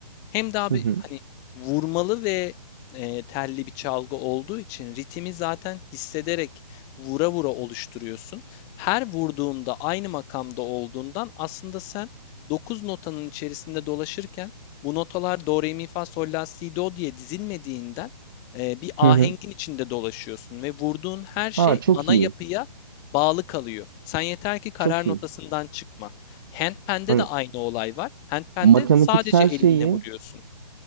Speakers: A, on the left (about 15°); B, on the right (about 30°).
A: Hem daha
B: hı
A: bir
B: hı.
A: hani vurmalı ve eee, telli bir çalgı olduğu için ritmi zaten hissederek vura vura oluşturuyorsun. Her vurduğunda aynı makamda olduğundan aslında sen 9 notanın içerisinde dolaşırken bu notalar do, re, mi, fa, sol, la, si, do diye dizilmediğinden eee, bir ahengin
B: Hı hı.
A: içinde dolaşıyorsun ve vurduğun her şey
B: Aa çok
A: ana
B: iyi.
A: yapıya bağlı kalıyor. Sen yeter ki karar
B: Çok
A: notasından
B: iyi.
A: çıkma. Handpan'de
B: Hani
A: de aynı olay var. Handpan'de
B: matematiksel
A: sadece elinle
B: şeyi
A: vuruyorsun.